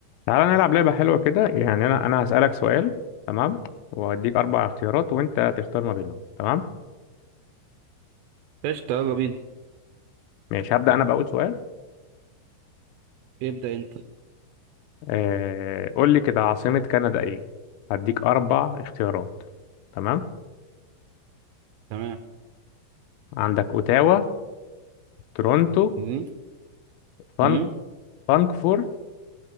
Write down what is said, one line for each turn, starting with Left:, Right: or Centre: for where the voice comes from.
Left: تعالى نلعب لعبة حلوة كده يعني أنا أنا هسألك سؤال تمام وأديك أربع اختيارات وأنت تختار ما بينهم تمام
Right: قشطة يلا بينا
Left: ماشي هبدأ أنا بأول سؤال
Right: ابدأ انت
Left: آه... قول لي كده عاصمة كندا إيه هديك أربع اختيارات تمام
Right: تمام
Left: عندك أوتاوا تورونتو
Right: مم.
Left: فان...
Right: مم.
Left: فانكفور